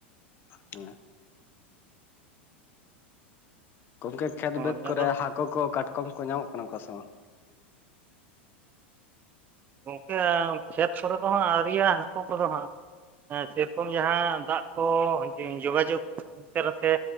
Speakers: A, on the left (about 35°); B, on the right (about 25°).
A: ᱦᱮᱸ ᱾ ᱜᱚᱝᱠᱮ ᱠᱷᱮᱛ
B: ᱦᱳᱭ
A: ᱵᱟᱹᱫᱽ ᱠᱚᱨᱮ
B: ᱟᱫᱚ
A: ᱦᱟᱹᱠᱩ ᱠᱚ, ᱠᱟᱴᱠᱚᱢ ᱠᱚ ᱧᱟᱢᱚᱜ ᱠᱟᱱᱟ ᱠᱚ ᱥᱮ ᱵᱟᱝ?
B: ᱜᱚᱝᱠᱮ ᱠᱷᱮᱛ ᱠᱚᱨᱮ ᱫᱚ ᱦᱟᱸᱜ ᱟᱹᱣᱨᱤᱭᱟ ᱦᱟᱹᱠᱩ ᱠᱚᱫᱚ ᱦᱟᱸᱜ ᱾ ᱦᱮᱸ, ᱥᱮᱨᱚᱠᱚᱢ ᱡᱟᱦᱟᱸ ᱫᱟᱜ ᱠᱚ ᱡᱳᱜᱟᱡᱳᱜᱽ ᱩᱥᱟᱹᱨᱟᱛᱮ